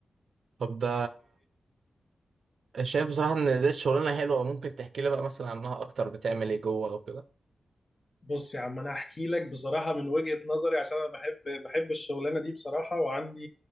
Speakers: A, on the right; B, on the left.
A: طب ده شايف بصراحة ان دي شغلانة حلوة ممكن تحكي لي بقى مثلا عنها اكتر بتعمل ايه جوه او كده
B: بص يا عم انا هحكي لك بصراحه من وجهه نظري عشان انا بحب بحب الشغلانه دي بصراحه وعندي